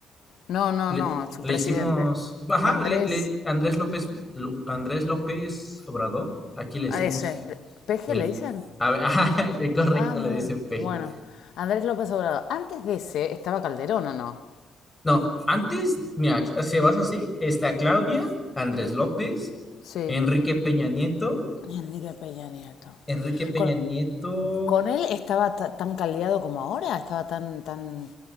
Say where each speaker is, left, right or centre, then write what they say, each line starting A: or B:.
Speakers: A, on the left (about 75°); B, on the left (about 15°).
A: No, no,
B: Le,
A: no, su
B: le
A: presidente.
B: hicimos, ajá,
A: Andrés,
B: le, le- Andrés López, Lo- Andrés López Obrador, aquí le hicimos
A: a ese, le- ¿PG
B: el,
A: le dicen?
B: a ver, <laughs> ajá, correcto,
A: Ah, mira.
B: le dice peje.
A: Bueno, Andrés López Obrador. Antes de ese estaba Calderón, ¿o no?
B: No, antes, mira, si vas así, está Claudia, Andrés López,
A: Sí.
B: Enrique Peña Nieto,
A: Y Enrique Peña Nieto.
B: Enrique Peña
A: ¿Con,
B: Nieto
A: con él estaba ta- tan caldeado como ahora? ¿Estaba tan, tan...